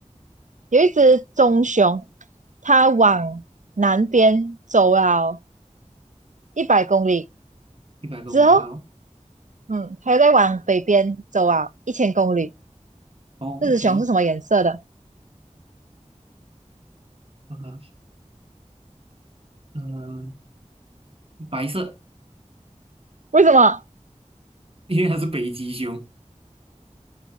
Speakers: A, on the right; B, on the right.
A: 有一只棕熊，它往南边走了一百公里
B: 一百公里，
A: 之后，
B: 好
A: 嗯，它又再往北边走了一千公里。
B: 哦，OK
A: 这只熊是什么颜色的？
B: 啊呃，白色，
A: 为什么？
B: 因为它是北极熊，